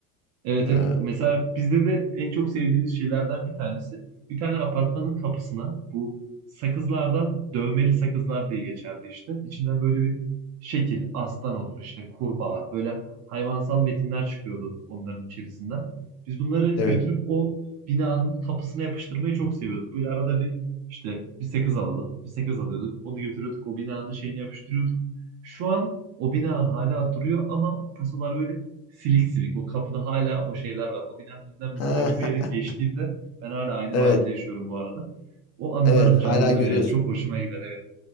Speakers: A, on the right (about 35°); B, on the left (about 35°).
A: Evet
B: Ee,
A: evet. Mesela bizde de en çok sevdiğimiz şeylerden bir tanesi. Bir tane apartmanın kapısına bu sakızlardan dövmeli sakızlar diye geçerdi işte. İçinden böyle bir şekil, aslan olur işte kurbağa böyle hayvansal metinler çıkıyordu onların içerisinden. Biz bunları
B: evet.
A: götürüp o binanın kapısına yapıştırmayı çok seviyorduk. Böyle arada bir işte bir sakız alalım, bir sakız alıyorduk. Onu götürüyorduk o binanın şeyini yapıştırıyorduk. Şu an o bina hala duruyor ama o tasolar böyle silik silik. O kapıda hala o şeyler var. O binanın önünden mesela
B: Ha,
A: yürüyerek geçtiğimde
B: <laughs>
A: ben hala aynı
B: evet.
A: mahallede yaşıyorum bu arada. O anılarım
B: Evet. Hala
A: canlanır
B: görüyorsun.
A: yani. Çok hoşuma gider evet.